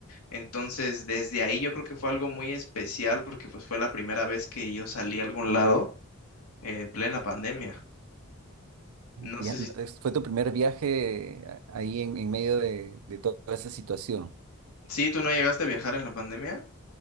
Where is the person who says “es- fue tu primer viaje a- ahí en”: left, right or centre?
Right